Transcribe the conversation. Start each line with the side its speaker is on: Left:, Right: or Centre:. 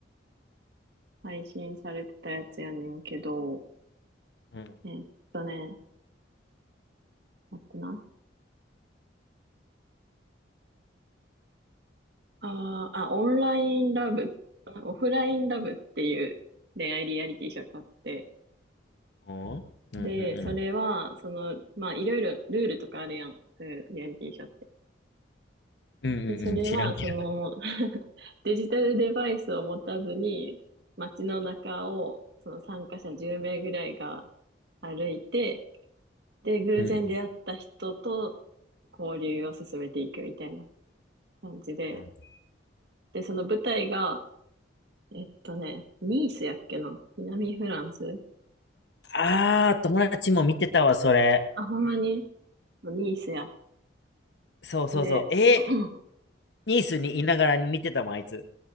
Right: 配信されてたやつやねんけど、
Left: うん。
Right: えーっとね、待ってな。あーあ、オンラインラブ、あオフラインラブっていう恋愛リアリティショーがあって、
Left: おうんうんうん。
Right: で、それは、その、まあ、いろいろルールとかあるやん。そういうリアリティショーっ
Left: うんうんうん。
Right: で、それは、
Left: 知らんけ
Right: その <laughs> デジタルデバイスを持たずに、街の中を、その参加者10名ぐらいが歩いて、で、偶然出会った人と
Left: ど。うんう
Right: 交流を進めていくみたいな感じで、
Left: ん。うん
Right: で、その舞台が、えっとね、ニースやっけな南フランス
Left: あー、友達も見てたわ、それ。
Right: あ、ほんまにニースや。
Left: そうそうそう。
Right: で、
Left: えー
Right: <laughs>
Left: ニースにいながらに見てたもん、あいつ。